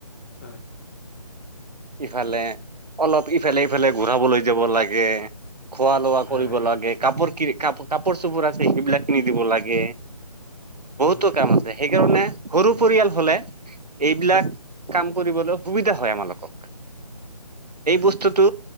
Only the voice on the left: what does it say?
হয়।
হয়
উম
হয়